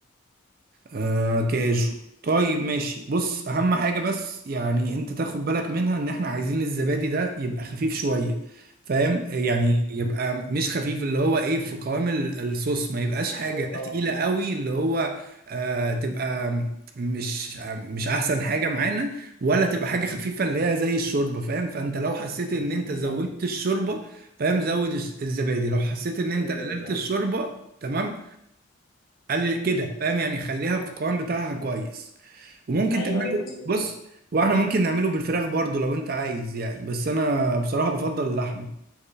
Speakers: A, on the right; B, on the left.
A: آه كاجو طيب ماشي بص اهم حاجة بس يعني انت تاخد بالك منها ان احنا عايزين الزبادي ده يبقى خفيف شوية فاهم يعني
B: امم
A: يبقى مش خفيف اللي هو ايه في قوام ال- الصوص ما يبقاش
B: الصوص
A: حاجة
B: اه
A: تقيلة
B: اه
A: قوي اللي هو آه تبقى مش مش احسن حاجة معانا ولا تبقى حاجة خفيفة اللي هي زي الشوربة فاهم فانت لو حسيت ان انت زودت
B: ايوه
A: الشوربة فاهم زود الز- الزبادي لو حسيت ان انت
B: زي
A: قللت
B: زبادي اه
A: الشوربة تمام قلل كده
B: مم.
A: فاهم يعني خليها في القوام بتاعها كويس وممكن
B: ايوه
A: تعمله
B: ايوه نسبة
A: بص
B: كمان
A: واحنا ممكن نعمله بالفراخ برضو لو انت عايز يعني بس انا بصراحة بفضل اللحمة